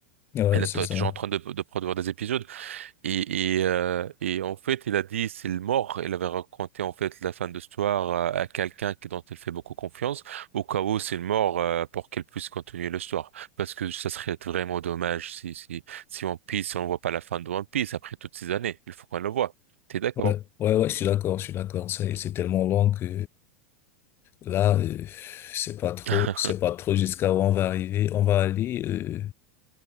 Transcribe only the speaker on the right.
Il est
t-
toujours en train de, de produire des épisodes. Et, et, euh, et en fait, il a dit c'est le mort. Il avait raconté en fait la fin de l'histoire à, à quelqu'un qui- dont elle fait beaucoup confiance, au cas où c'est le mort euh, pour qu'elle puisse continuer l'histoire. Parce que ça serait vraiment dommage si si si One Piece on voit pas la fin de One Piece après toutes ces années. Il faut qu'on le voit. T'es d'accord?
<laughs>